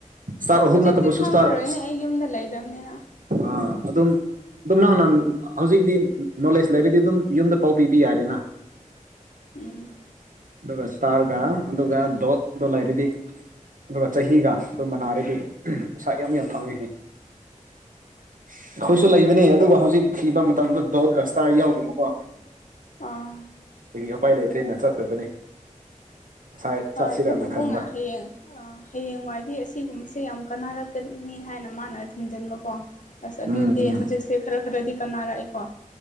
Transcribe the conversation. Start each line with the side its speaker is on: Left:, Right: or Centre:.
Right: ꯏꯁꯇꯥꯔ ꯑꯍꯨꯝ
Left: ꯍꯧꯖꯤꯛꯇꯤ
Right: ꯅꯠꯇꯕꯁꯨ
Left: ꯈꯪꯉꯔꯣꯏꯅꯦ
Right: ꯏꯁꯇꯥꯔ ꯑ
Left: ꯑꯩ ꯌꯨꯝꯗ ꯂꯩꯗꯕꯅꯤꯅ
Right: ꯑꯥ ꯑꯗꯨꯝ ꯑꯗꯨꯝ ꯅꯪ ꯅ ꯍꯧꯖꯤꯛꯇꯤ ꯅꯣꯂꯦꯖ ꯂꯩꯔꯗꯤ ꯑꯗꯨꯝ ꯌꯨꯝꯗ ꯄꯥꯎ ꯄꯤꯕ ꯌꯥꯔꯦꯅ
Left: ꯎꯝ
Right: ꯑꯗꯨꯒ ꯏꯁꯇꯥꯔꯒ ꯑꯗꯨꯒ ꯗꯣꯠꯗꯣ ꯂꯩꯔꯗꯤ ꯑꯗꯨꯒ ꯆꯍꯤꯒ ꯑꯗꯨ ꯃꯅꯥꯔꯗꯤ ꯄꯩꯁꯥ ꯌꯥꯝ ꯌꯥꯝ ꯐꯪꯉꯦ ꯍꯥꯏ <inaudible> ꯑꯩꯈꯣꯏꯁꯨ ꯂꯩꯕꯅꯦ ꯑꯗꯨꯒ ꯍꯧꯖꯤꯛ ꯊꯤꯕ ꯃꯇꯝꯗ ꯗꯣꯠ ꯒꯁꯇꯥ ꯌꯥꯎꯗꯕꯀꯣ
Left: ꯑꯥ꯫
Right: ꯑꯗꯒꯤ ꯑꯄꯥꯏ ꯂꯩꯇ꯭ꯔꯦꯅ ꯆꯠꯇꯕꯅꯤ ꯉꯁꯥꯏ ꯆꯠꯁꯤꯔꯅ
Left: ꯑ ꯑꯩꯈꯣꯏ ꯄꯥꯕꯨꯡꯅ
Right: ꯈꯟꯕ
Left: ꯍꯌꯦꯡ ꯍꯌꯦꯡꯋꯥꯏꯗꯤ ꯑꯁꯤꯒꯨꯝꯕꯁꯦ ꯌꯥꯝ ꯀꯥꯟꯅꯔꯛꯀꯅꯤ ꯍꯥꯏꯅ ꯃꯥꯅ ꯊꯝꯖꯟꯕꯀꯣ꯫ ꯑꯁ ꯑꯗꯨꯗꯤ
Right: ꯎꯝ ꯎꯝ
Left: ꯍꯧꯖꯤꯛꯁꯦ ꯈꯔ ꯈꯔꯗꯤ ꯀꯅꯥꯔꯛꯑꯦꯀꯣ